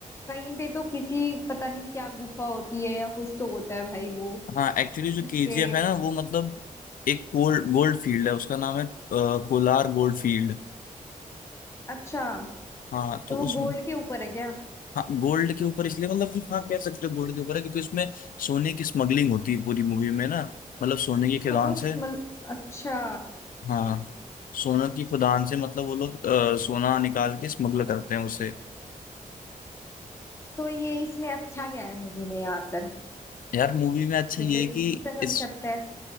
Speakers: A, on the left (about 20°); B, on the left (about 80°).
A: कहीं पे तो किसी पता नहीं क्या गुफा होती है या कुछ तो होता है भाई वो
B: हाँ एक्चुअली जो
A: उसके
B: केजीएफ है ना वो मतलब एक गोल्ड गोल्ड फील्ड है उसका नाम है अ, कोलार गोल्ड फील्ड
A: अच्छा
B: हाँ तो
A: तो वो
B: उस
A: गोल्ड के ऊपर है क्या
B: हाँ गोल्ड के ऊपर इसलिए मतलब कि हाँ कह सकते हो गोल्ड के ऊपर है क्योंकि उसमें सोने की स्मगलिंग होती है पूरी मूवी में ना मतलब सोने की खदान
A: तो वो स्मल
B: से
A: अच्छा
B: हाँ सोने की खदान से मतलब वो लोग अ, सोना निकाल के स्मगल करते हैं उसे
A: तो ये इसमें अच्छा क्या है मूवी में यार फिर
B: यार मूवी में अच्छा
A: ये
B: ये
A: तो
B: है
A: इजी
B: कि
A: सा
B: इस
A: कंसेप्ट है